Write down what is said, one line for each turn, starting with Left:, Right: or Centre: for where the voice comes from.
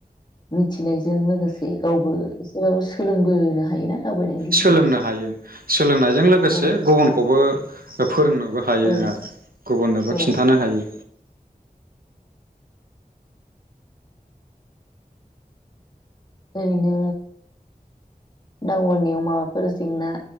Left: <unintelligible> बिनायजों लोगोसे गावबो अबाव सोलोंबोनो हायोना दावबायनायनि गेजेरजों
Right: सोलोंनो हायो सोलों लोंनायजों लोगोसे
Left: औ
Right: गुबुनखौबो फोरोंनोबो हायो
Left: औ
Right: आरो खिन्थानो
Left: औ
Right: हायो
Left: ओरैनो दावगानायाव माबाफोर जेंना